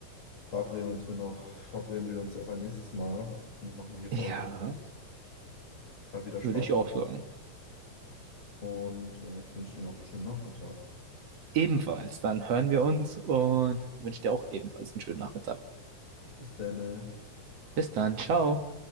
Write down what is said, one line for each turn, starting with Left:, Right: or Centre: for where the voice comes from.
Left: verabreden uns wir noch, verabreden wir uns auf ein nächstes Mal und machen hier für
Right: Ja,
Left: heute Schluss. Hat wieder Spaß
Right: würde ich auch
Left: gemacht.
Right: sagen.
Left: Und äh, ich wünsche dir noch einen schönen Nachmittag.
Right: Ebenfalls, dann hören wir uns und wünsche dir auch ebenfalls einen schönen Nachmittag.
Left: Bis dann. äh.
Right: Bis dann, ciao.